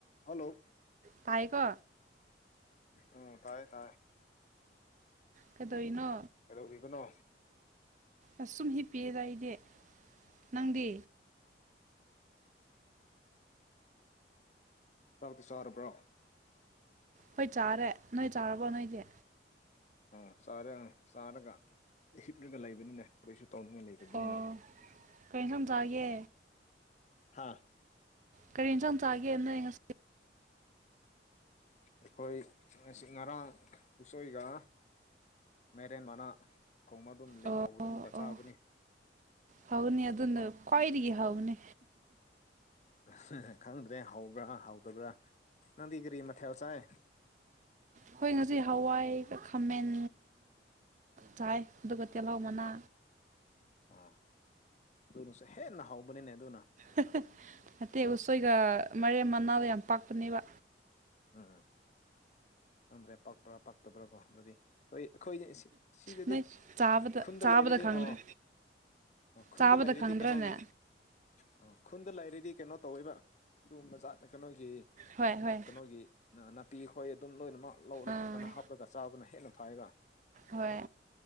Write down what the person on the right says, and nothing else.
ꯇꯥꯏꯀꯣ
ꯀꯩꯗꯣꯏꯅꯣ
ꯑꯁ ꯁꯨꯝ ꯍꯤꯞꯄꯤꯑꯦꯗ ꯑꯩꯗꯤ ꯅꯪꯗꯤ
ꯍꯣꯏ ꯆꯥꯔꯦ ꯅꯣꯏ ꯆꯥꯔꯕꯣ ꯅꯣꯏꯗꯤ
ꯑꯣ ꯀꯔꯤ ꯏꯟꯁꯥꯡ ꯆꯥꯒꯦ
ꯀꯔꯤ ꯏꯟꯁꯥꯡ ꯆꯥꯒꯦ ꯅꯣꯢ ꯉꯁꯤ
ꯑꯣ ꯑꯣ
ꯑꯣ
ꯍꯥꯎꯅꯤ ꯑꯗꯨꯅ ꯈ꯭ꯋꯥꯢꯗꯒꯤ ꯍꯥꯎꯅꯤ
ꯈꯣꯏ ꯉꯁꯤ ꯍꯋꯥꯏꯒ ꯈꯥꯃꯦꯟ ꯆꯥꯏ ꯑꯗꯨ ꯇꯦꯜꯍꯧ ꯃꯅꯥ
<unintelligible> ꯎꯁꯣꯏꯒ ꯃꯥꯏꯔꯦꯜ ꯃꯅꯥꯗ ꯌꯥꯝ ꯄꯥꯛꯄꯅꯦꯕ
ꯅꯣꯏ ꯆꯥꯕꯗ
ꯆꯥꯕꯗ
ꯈꯪꯗ꯭ꯔꯦ
ꯆꯥꯕꯗ
ꯈꯪꯗ꯭ꯔꯅꯦ
ꯍꯣꯏ ꯍꯣꯏ
ꯑꯥ
ꯍꯣꯏ